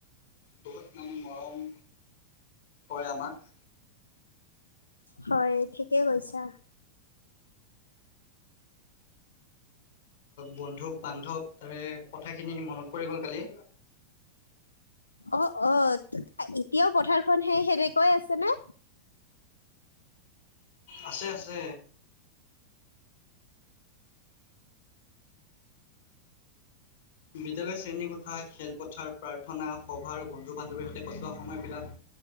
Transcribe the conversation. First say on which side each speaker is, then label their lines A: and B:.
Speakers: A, on the left (about 50°); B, on the left (about 75°).
A: বহুত মানে মৰম কৰে আমাক
B: হয় ঠিকেই কৈছা
A: বন্ধু বান্ধৱ তাৰে কথাখিনি মনত পৰি গ'ল কালি
B: অঁ অঁ! এতিয়াও পথাৰখন সেই সেনেকই আছেনে
A: আছে আছে বিদ্যালয়ৰ শ্ৰেণীকোঠা খেলপথাৰ প্ৰাৰ্থনা সভা আৰু বন্ধু বান্ধৱীৰ সৈতে কটোৱা সময়বিলাক